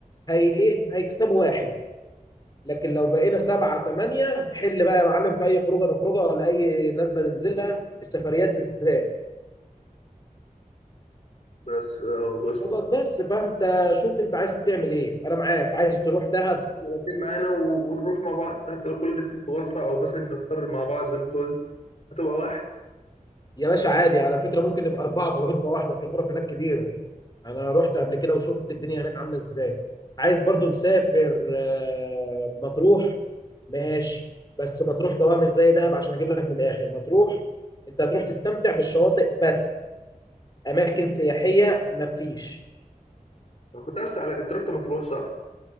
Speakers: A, on the left; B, on the left.
A: هي ايه؟ هيكسبوا واحد لكن لو بقينا سبعة ثمانية حل بقى يا معلم في أي خروجة نخرجها ولا أي نزلة ننزلها السفريات بالذات
B: بس آه، بس
A: خلاص بس فأنت شوف أنت عايز تعمل إيه أنا معاك عايز تروح دهب
B: ثلاثين معانا و- ونروح مع بعض حتى لو كل الاتنين في غرفة أو مثلا نختار مع بعض زي ما أنت قلت هتبقى واحد
A: يا باشا عادي على فكرة ممكن نبقى أربعة بغرفة واحدة في الغرف هناك كبيرة دي أنا رحت قبل كده وشفت الدنيا هناك عاملة إزاي عايز برضو نسافر آه، مطروح ماشي بس مطروح جواها مش زي دهب عشان أجيب لك من الآخر مطروح أنت هتروح تستمتع بالشواطئ بس أماكن سياحية مفيش
B: أنا كنت عايز أسألك أنت رحت مطروح صح؟